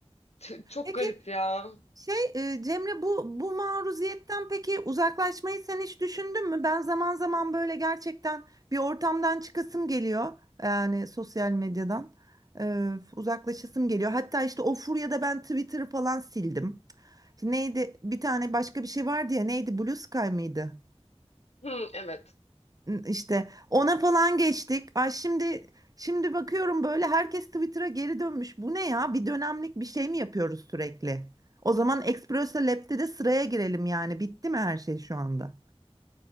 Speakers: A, on the left (about 80°); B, on the right (about 35°).
A: T- çok
B: Peki
A: garip ya.
B: Şey e, Cemre bu bu maruziyetten peki uzaklaşmayı sen hiç düşündün mü? Ben zaman zaman böyle gerçekten bir ortamdan çıkasım geliyor. Yani sosyal medyadan E, uzaklaşasım geliyor. Hatta işte o furyada ben Twitter'ı falan sildim. Şimdi Neydi bir tane başka bir şey vardı ya neydi Blue Sky mıydı?
A: Hı, evet.
B: İşte ona falan geçtik. Ay şimdi şimdi bakıyorum böyle herkes Twitter'a geri dönmüş. Bu ne ya? Bir dönemlik bir şey mi yapıyoruz sürekli? O zaman Expresso Lab'de de sıraya girelim yani. Bitti mi her şey şu anda?